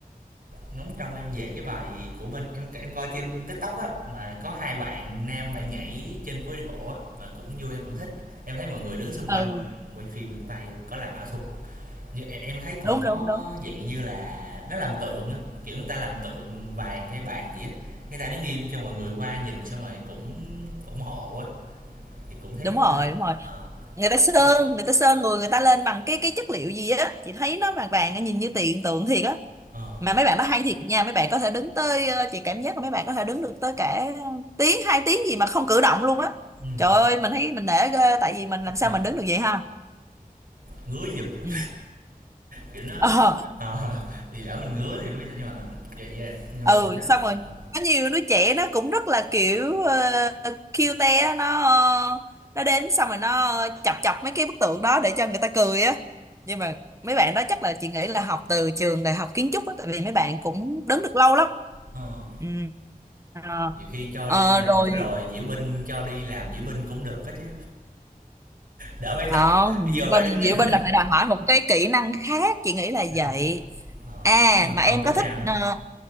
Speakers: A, on the right; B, on the right.
A: ngóng trông em về cái bài của bên em em coi trên TikTok á mà có hai bạn nam bạn nhảy trên phố đi bộ á mà cũng vui em cũng thích. Em thấy mọi người đứng xung quanh
B: ừ
A: rồi quay phim được tay có làm ảo thuật. Như em, em thấy còn
B: đúng
A: có
B: đúng đúng
A: dạng như là nó làm tượng á, kiểu người ta làm tượng vàng hay bạc gì á. Người ta đứng im cho mọi người qua nhìn xong rồi cũng ủng hộ á thì cũng thấy
B: đúng rồi đúng rồi
A: ờ,
B: người ta sơn
A: nhưng mà
B: người ta sơn người người ta lên bằng cái cái chất liệu gì á chị thấy nó vàng vàng nhìn như tiền tượng thiệt á
A: ờ
B: mà mấy bạn nó hay thiệt nha mấy bạn có thể đứng tới ờ, chị cảm giác là mấy bạn có thể đứng được tới cả tiếng hai tiếng gì mà không cử động luôn á
A: ừ,
B: trời ơi mình thấy mình nể ghê tại vì mình làm sao
A: nhưng mà
B: mình đứng được vậy ha
A: ngứa giùm luôn
B: ừ.
A: Kiểu nó
B: Ờ,
A: ờ, thì lỡ mình ngứa thì mới sao nhưng mà dạ dạ, nhưng
B: ừ
A: mà nếu mà
B: xong rồi
A: ờ,
B: có nhiều đứa trẻ nó cũng rất là kiểu ờ, cute á nó ờ, nó đến xong rồi nó chọc chọc mấy cái bức tượng đó để cho người ta cười á nhưng mà mấy bạn đó chắc là chị nghĩ là học từ trường đại học kiến trúc á tại vì mấy bạn cũng đứng được lâu lắm
A: ờ,
B: ừ. Ờ,
A: nhiều khi cho
B: ờ,
A: đi làm
B: rồi
A: bữa rồi diễu binh cho đi làm diễu binh cũng được á chứ. Đỡ phải
B: không
A: tập, bây giờ
B: Diệu
A: ra
B: Bình
A: đứng
B: Diệu Bình là
A: <laughs>
B: phải đòi hỏi một cái kỹ năng khác chị nghĩ là
A: À.
B: vậy
A: Ờ,
B: à
A: nhưng mà
B: mà
A: còn
B: em
A: chỗ
B: có
A: nào
B: thích
A: nữa?
B: ờ,